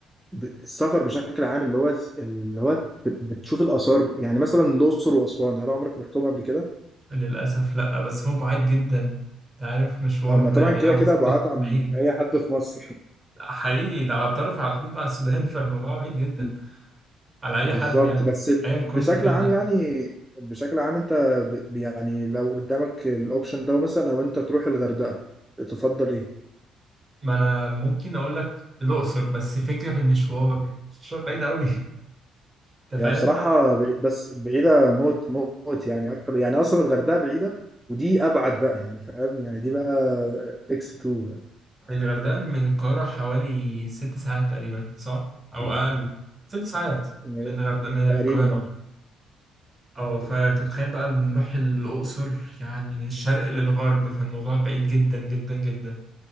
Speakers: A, in the centre; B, on the right.
A: ب- السفر بشكل عام اللي هو اللي هو بت- بتشوف الآثار يعني مثلا الأقصر وأسوان هل عمرك رحتهم قبل كده؟
B: للأسف لأ بس هو بعيد جدا أنت عارف مشوار
A: أما طبعا
B: يعني هياخد
A: كده كده
B: ستة
A: بعاد عن
B: بعيد
A: أي حد في مصر
B: حقيقي ده على الطرف على حدود مع السودان <laughs> فالموضوع بعيد جدا
A: <laughs>
B: على أي
A: بالظبط
B: حد يعني
A: بس
B: أيا
A: بشكل
B: كنت فين
A: عام
B: يعني
A: يعني بشكل عام انت ب- يعني لو قدامك الأوبشن ده مثلا لو انت تروح الغردقة تفضل ايه؟
B: ما أنا ممكن أقول لك الأقصر بس الفكرة في المشوار المشوار بعيد أوي <laughs> أنت
A: هي
B: فاهم
A: بصراحة بعيد بس بعيدة موت موت يعني أكتر يعني أصلا الغردقة بعيدة ودي أبعد بقى يعني فاهم يعني دي بقى إكس 2
B: الغردقة من القاهرة حوالي ست ساعات تقريبا صح أو أقل ست ساعات
A: يعني
B: من الغردقة من القاهرة
A: تقريبا أه
B: أه فتتخيل بقى نروح الأقصر يعني من الشرق للغرب فالموضوع بعيد جدا جدا جدا